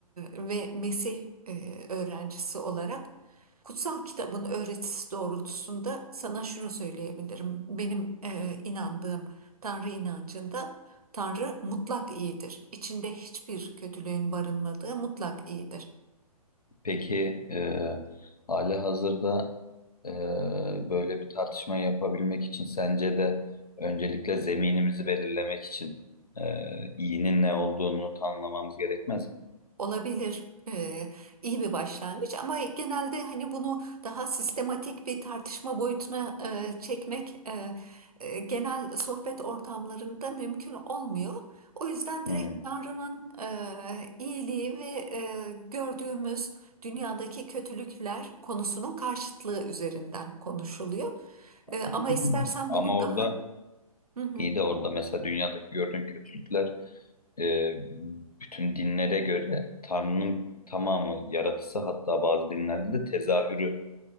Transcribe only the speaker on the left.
Peki e, hali hazırda e, böyle bir tartışma yapabilmek için sence de öncelikle zeminimizi belirlemek için e, iyinin ne olduğunu tanımlamamız gerekmez mi?
Hmm.
<clears throat>
Ama
orada
iyi de orada mesela dünyadaki gördüğün kötülükler e, bütün dinlere göre Tanrı'nın tamamı yaratısı hatta bazı dinlerde de tezahürü